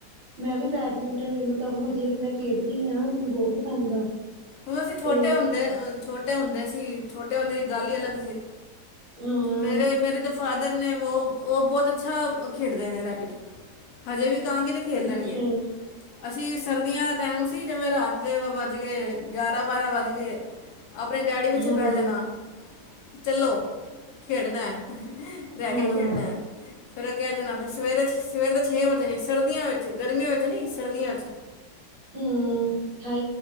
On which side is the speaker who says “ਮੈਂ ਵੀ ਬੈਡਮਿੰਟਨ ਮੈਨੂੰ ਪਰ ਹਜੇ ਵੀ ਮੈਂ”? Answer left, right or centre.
Right